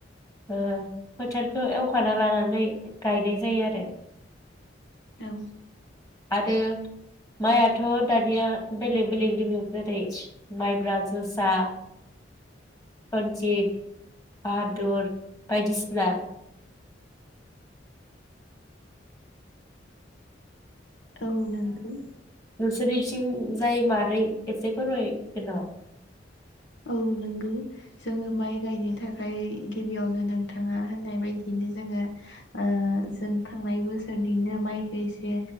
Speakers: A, on the left; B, on the left.
A: ओ फोथारखौ एवखाना लानानै गायनाय जायो आरो।
B: औ।
A: आरो माइआथ' दानिया बेलेग बेलेग दोङो जेरै माइब्रा, जोसा, रनजित। बाहादुर बायदिसिना।
B: औ नोंगो।
A: नोंसोरथिं जाय मारै एसे फोरमायगोन नामा?
B: औ नोंगौ जोङो माइ गायनो थाखाय गिबियावनो नोंथाङा होननाय बायदिनो जोङो ओ जों थांनाय बोसोरनिनो माइखो एसे